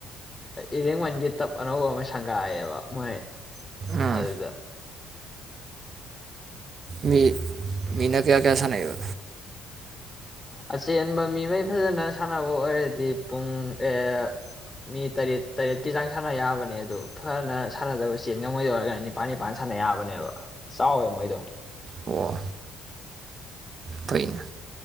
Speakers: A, on the left; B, on the right.
A: ꯏꯔꯦꯡꯃꯟꯒꯤ ꯇꯞ ꯑꯅꯧꯕ ꯑꯃ ꯁꯪꯒꯥꯏꯌꯦꯕ ꯃꯣꯏ
B: ꯎꯝ
A: ꯑꯗꯨꯗ꯫
B: ꯃꯤ ꯃꯤꯅꯥ ꯀꯌꯥ ꯀꯌꯥꯁꯥꯅꯩꯕ꯫
A: ꯑꯆꯦꯟꯕ ꯃꯤꯃꯩ ꯐꯖꯅ ꯁꯥꯟꯅꯕ ꯑꯣꯏꯔꯗꯤ ꯄꯨꯡ ꯑꯩꯌꯦꯠ꯫ ꯃꯤ ꯇꯔꯦꯠ ꯇꯔꯦꯠꯀꯤ ꯆꯥꯡ ꯁꯥꯟꯅ ꯌꯥꯕꯅꯦ ꯑꯗꯨ ꯐꯅ ꯁꯥꯟꯅꯗꯕ ꯆꯦꯟ ꯉꯝꯃꯣꯏꯗ ꯑꯣꯏꯔꯒꯅ ꯅꯤꯄꯥꯟ ꯅꯤꯄꯥꯥꯟ ꯁꯥꯟꯅ ꯌꯥꯕꯅꯦꯕ ꯆꯥꯎꯋꯦ ꯃꯣꯏꯗꯣ꯫
B: ꯑꯣ꯫ ꯐꯩꯅꯦ